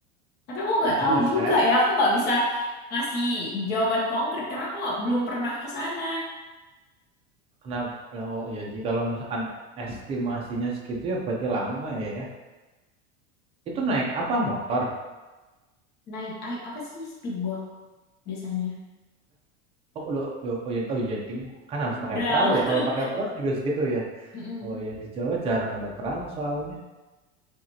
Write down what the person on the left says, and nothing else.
Tapi aku nggak tahu
juga ya, aku nggak bisa ngasih jawaban konkret karena aku nggak- belum pernah ke sana.
Naik, ai- apa sih speedboat biasanya?
Nyebrang.
<laughs>
Mm-mm.